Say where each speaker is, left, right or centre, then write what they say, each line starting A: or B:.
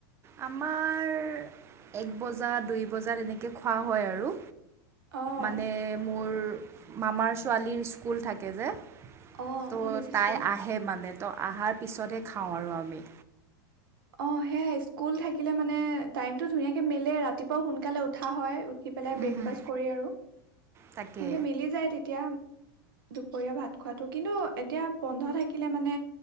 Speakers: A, on the right; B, on the right.
A: আমাৰ এক বজা দুই বজাত তেনেকৈ খোৱা হয় আৰু
B: অ',
A: মানে মোৰ মামাৰ ছোৱালীৰ স্কুল থাকে যে
B: অ',
A: ত'
B: বুজিছোঁ।
A: তাই আহে মানে ত অহাৰ পিছতহে খাওঁ আৰু আমি
B: অ', সেয়াই স্কুল থাকিলে মানে টাইমতটো ধুনীয়াকে মিলে ৰাতিপুৱা সোনকালে উঠা হয়। আহি পেলাই ব্ৰেকফাষ্ট
A: উম,
B: কৰি আৰু
A: তাকে
B: তেনেকে মিলি যায় তেতিয়া দুপৰীয়া ভাত খোৱাটো কিন্তু এতিয়া বন্ধ থাকিলে মানে